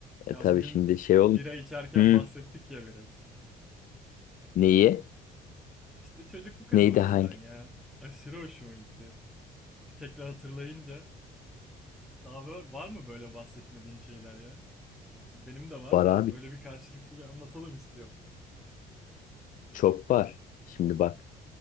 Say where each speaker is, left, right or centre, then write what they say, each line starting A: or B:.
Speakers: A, on the left (about 55°); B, in the centre.
A: E
B: Ya
A: tabii
B: bugün
A: şimdi şey
B: bira
A: ol...
B: içerken
A: Hı,
B: bahsettik ya biraz.
A: neyi?
B: İşte çocukluk anılarından
A: Neydi hangi?
B: ya. Aşırı hoşuma gitti. Bir tekrar hatırlayınca. Daha böyle, var mı böyle bahsetmediğin şeyler ya? Benim de var
A: Var
B: da
A: abi.
B: böyle bir karşılıklı bir anlatalım istiyorum.
A: Çok var. Şimdi bak.